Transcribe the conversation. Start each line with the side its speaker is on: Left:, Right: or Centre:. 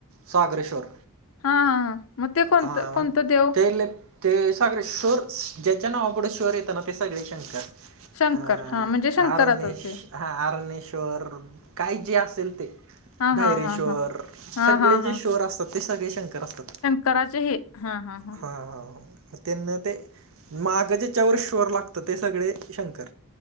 Right: स्वागरेश्वर.
Left: हां हां हां मग ते कोणतं
Right: हा
Left: कोणतं
Right: म
Left: देव?
Right: ते लेप ते सागरेश्वर ज्याच्या नावा पुढे श्वर येतना ते सगळे शंकर.
Left: शंकर
Right: अं
Left: हां म्हणजे शंकराचंच
Right: आरनेश
Left: हे.
Right: हा आरनेश्वर काय जे असेल ते.
Left: हां
Right: धायरेश्वर
Left: हां हां हां. हां
Right: सगळे
Left: हां
Right: जे श्वर असतात ते सगळे शंकर असतात.
Left: कराचे हे हा हा.
Right: हा हा ह मग त्यांना ते माग ज्याच्यावर श्वर लागतं ते सगळे शंकर.